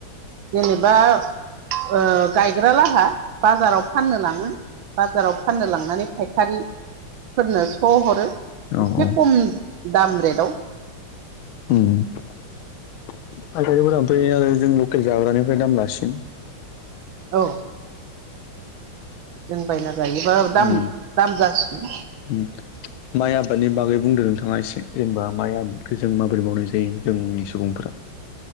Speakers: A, on the right; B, on the left.
A: जेनेबा ओ। गायग्रा लाहा बाजाराव फाननो लांङो बाजाराव फाननो लांनानै फायखारि। फोरनो स' हरो
B: औ
A: एसे
B: औ
A: खम दाम रेटआव।
B: उम फायखारिफोरा आरो जों। जाग्रानिफ्राय दाम लासिगोन।
A: औ। जों बायना जायोबा दाम
B: उम
A: दाम जासिगोन।
B: उम। माइ आबादनि बागै बुंदों नोंथाङा एसे जेनेबा माइ आबादखौ जों माबोरै मावनाय जायो जोंनि सुबुंफोरा।